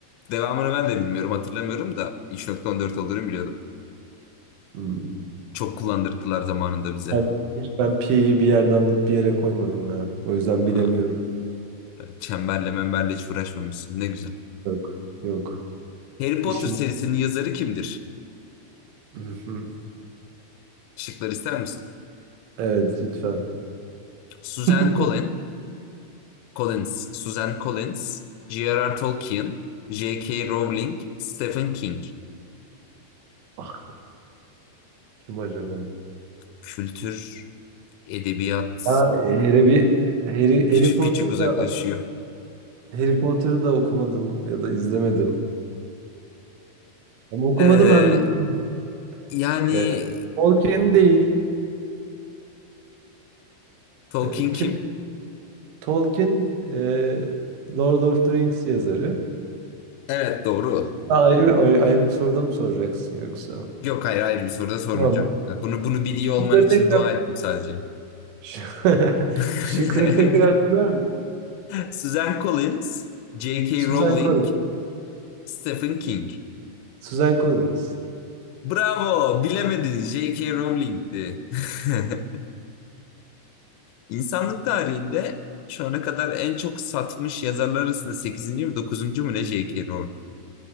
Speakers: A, on the left; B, on the right.
A: Devamını ben de bilmiyorum, hatırlamıyorum da 3,14 olduğunu biliyordum.
B: Hmm.
A: Çok kullandırdılar zamanında bize.
B: Ben, hiç ben pi'yi bir yerden alıp bir yere koymadım ya. O yüzden
A: Aa,
B: bilemiyorum.
A: evet, Çemberle memberle hiç uğraşmamışsın. Ne güzel.
B: Yok. Yok.
A: Harry Potter
B: İşim
A: serisinin
B: o.
A: yazarı kimdir?
B: Hı hı.
A: Şıklar ister misin?
B: Evet lütfen.
A: Suzanne
B: <laughs>
A: Collins, Collins, Suzanne Collins, J.R.R. Tolkien, J.K. Rowling, Stephen King.
B: Ah kim acaba?
A: Kültür, edebiyat
B: Ha, Harry, bir- Harry,
A: küçük
B: Harry Potter'ı
A: küçük uzaklaşıyor.
B: da, Harry Potter'ı da okumadım ya da izlemedim. Hem okumadım
A: Ee,
B: hem izlemedim.
A: yani
B: Ee, Tolkien değil.
A: Tolkien
B: Ee,
A: kim?
B: kim? Tolkien e, Lord of the Rings yazarı.
A: Evet doğru.
B: Ha, Ayrı, ayrı, ayrı bir soruda mı soracaksın yoksa?
A: Yok hayır hayır bir soru da sormayacağım.
B: Tamam.
A: Bunu bunu biliyor olman
B: Bunları
A: için
B: tekrar
A: dua ettim sadece.
B: Ş- <laughs>
A: <laughs>
B: Şıkları tekrar söyler misin?
A: Suzanne Collins, J.K.
B: Suzan
A: Rowling,
B: Collins.
A: Stephen King.
B: Suzan Collins.
A: Bravo, bilemedin. J.K. Rowling'ti. <laughs> İnsanlık tarihinde şu ana kadar en çok satmış yazarlar arasında sekizinci mi dokuzuncu mu ne J.K. Rowling.